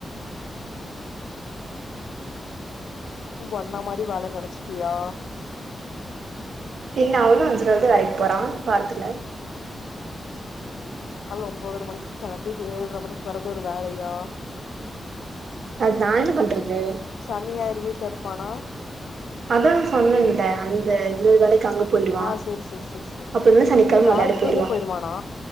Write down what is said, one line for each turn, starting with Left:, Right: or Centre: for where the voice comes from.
Left: உங்க அண்ண மாரி வேல நெனச்சிட்டியா
Right: என்ன அவனும் அஞ்சி நாள்தா வேலைக்கு போறான் வாரத்துல
Left: கால்ல ஒன்போதர மணிக்கு கெளம்பி ஏல்ர மணிக்கு வறது ஒரு வேலையா
Right: அது நா என்ன பண்றது
Left: சனி ஞாயிறு வீட்ல இருப்பானா
Right: அதா சொன்னன் இவன்ட்ட வந்து இன்னொரு வேலைக்கு அங்க போயிடுவா
Left: ஆ சேரி சேரி சேரி சேரி
Right: அப்ப இன்னொரு சனிக்கெழம
Left: இல்ல ஞாயித்துக்கெழமயு
Right: வெளாட போயிடுவான்
Left: போயிருவானா